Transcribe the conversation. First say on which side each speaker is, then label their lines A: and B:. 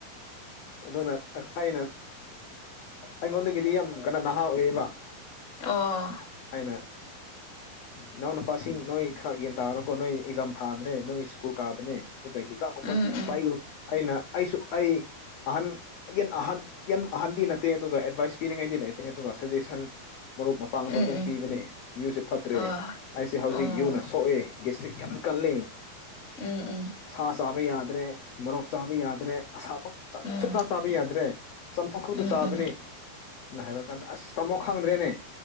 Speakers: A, on the left; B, on the left.
A: ꯑꯗꯨꯅ ꯑꯩꯅ ꯑꯩꯉꯣꯟꯗꯒꯤꯗꯤ ꯌꯥꯝ ꯀꯩꯅꯣ ꯅꯍꯥ ꯑꯣꯏꯕ
B: ꯑꯣ
A: ꯑꯏꯅ ꯏꯅꯥꯎ ꯅꯨꯄꯥꯁꯤꯡ ꯅꯣꯏ ꯈꯔ ꯌꯦꯒꯟ ꯇꯥꯔꯔꯣꯀꯣ ꯅꯣꯏ ꯑꯦꯛꯖꯥꯝ ꯊꯥꯕꯅꯦ ꯅꯣꯏ ꯁ꯭ꯀꯨꯜ ꯀꯥꯕꯅꯦ ꯑꯗꯨꯒ ꯍꯤꯗꯥꯛꯒꯨꯝꯕꯗꯤ
B: ꯎꯝ ꯎꯝ
A: ꯄꯥꯏꯒꯅꯨ ꯑꯩꯅ ꯑꯩꯁꯨ ꯑꯩ ꯑꯍꯟꯟ ꯑꯍꯟꯟ ꯑꯍꯟꯗꯤ ꯅꯠꯇꯦ ꯑꯗꯨꯒ ꯑꯦꯗꯚꯥꯏꯁ ꯄꯤꯅꯤꯡꯉꯩꯗꯤ ꯂꯩꯇꯦ ꯑꯗꯨꯒ ꯁꯖꯦꯁꯟ ꯃꯔꯨꯞ ꯃꯄꯥꯡꯗꯣ
B: ꯎꯝ
A: ꯑꯗꯨꯝ
B: ꯎꯝ
A: ꯄꯤꯕꯅꯦ ꯌꯨꯁꯦ ꯐꯠꯇ꯭ꯔꯦ
B: ꯍꯣꯏ ꯍꯣꯏ
A: ꯑꯩꯁꯦ ꯍꯧꯖꯤꯛ
B: ꯑꯣ
A: ꯌꯨꯅ ꯁꯣꯛꯑꯦ ꯗꯤꯁꯇ꯭ꯔꯤꯛ ꯌꯥꯝ ꯀꯜꯂꯤ
B: ꯎꯝ ꯎꯝ
A: ꯁꯥ ꯆꯥꯕ ꯌꯥꯗ꯭ꯔꯦ ꯃꯣꯔꯣꯛ ꯆꯥꯕ ꯌꯥꯗ꯭ꯔꯦ ꯑꯁꯥꯃꯛ
B: ꯎꯝ
A: ꯁꯨꯞꯇꯥ ꯆꯥꯕ ꯌꯥꯗ꯭ꯔꯦ ꯆꯥꯝꯊꯣꯛ
B: ꯎꯝ
A: ꯗ ꯁꯥꯕꯅꯦ
B: ꯎꯝ
A: ꯍꯥꯏꯔ ꯀꯥꯟꯗ ꯑꯁ ꯇꯥꯃꯣ ꯈꯪꯗ꯭ꯔꯦꯅꯦ